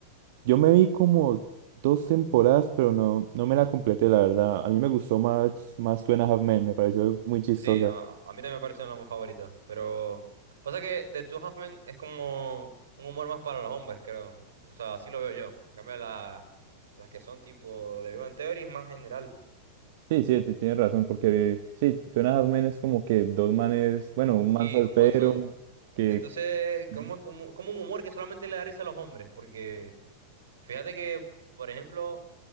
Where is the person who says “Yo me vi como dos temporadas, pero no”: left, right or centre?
Right